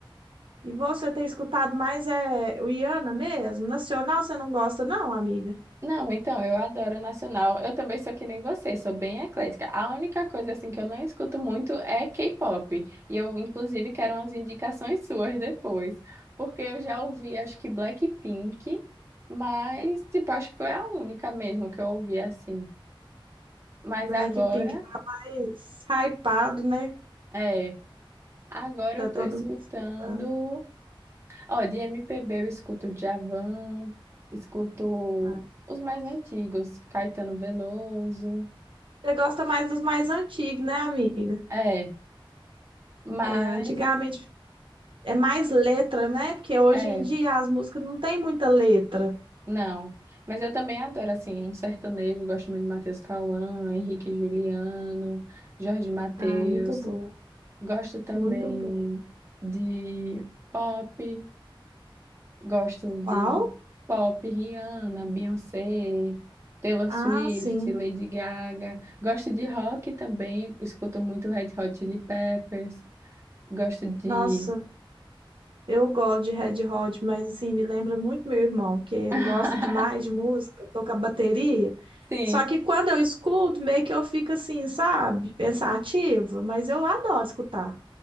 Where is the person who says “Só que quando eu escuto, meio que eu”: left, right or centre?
Right